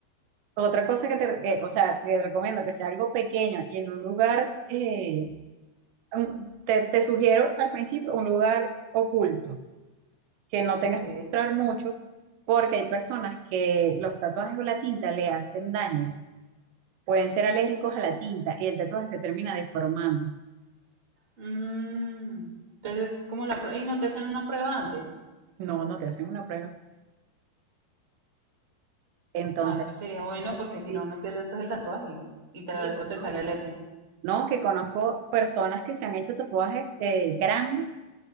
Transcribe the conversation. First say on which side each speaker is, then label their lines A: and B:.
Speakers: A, on the right; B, on the right.
A: otra cosa que te, eh, o sea, te recomiendo que sea algo pequeño y en un lugar, eh, un- te, te sugiero al principio un lugar oculto, que no
B: ok.
A: tengas que mostrar mucho, porque hay personas que los tatuajes o la tinta le hacen daño. pueden ser alérgicos a la tinta y el tatuaje se termina deformando.
B: Mm, entonces, es como la prueba, y no te hacen una prueba antes.
A: No, no te hacen una prueba. Entonces,
B: Ay, pues sería bueno
A: pues
B: porque si
A: sí,
B: no, no pierden entonces el tatuaje y tras
A: sí,
B: eso
A: pues,
B: te
A: no.
B: sale alergia.
A: No, que conozco personas que se han hecho tatuajes eh, grandes